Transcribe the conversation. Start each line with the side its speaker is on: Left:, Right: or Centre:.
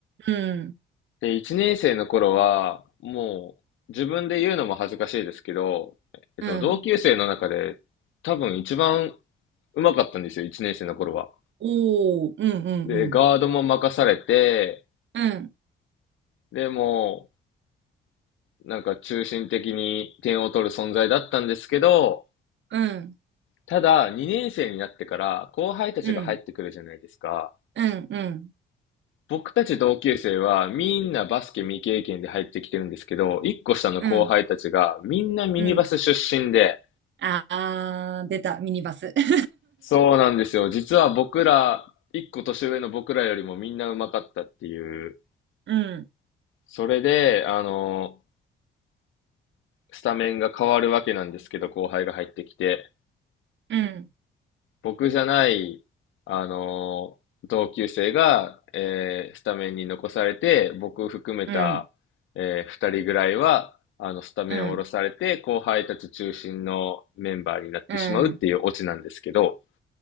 Right: うん、
Left: で、1年生の頃は、もう自分で言うのも恥ずかしいですけど、えっと、
Right: うん。
Left: 同級生の中で多分一番上手かったんですよ、1年生の頃は。
Right: おー、うん、うん、
Left: で、
Right: うん。
Left: ガードも任されて、
Right: うん、
Left: でも、なんか中心的に点を取る存在だったんですけど、
Right: うん、
Left: ただ、2年生になってから後輩たちが入ってくるじゃないですか。
Right: うん、うん、うん、
Left: 僕たち同級生はみんなバスケ未経験で入ってきてるんですけど、1個下の後輩たちがみんなミニバス出身で、
Right: うん、うん。あー、出た、ミニバス。<laughs>
Left: そうなんですよ。実は僕ら、1個年上の僕らよりもみんな上手かったっていう。
Right: うん、
Left: それで、あの、スタメンが変わるわけなんですけど、後輩が入ってきて。
Right: うん、
Left: 僕じゃない、あのー同級生が、えースタメンに残されて、僕含めた、
Right: うん、
Left: えー二人ぐらいは、あの、スタメンを下ろされて、
Right: うん、
Left: 後輩たち中心のメンバーになってしまうっていうオチなんですけど、
Right: うん。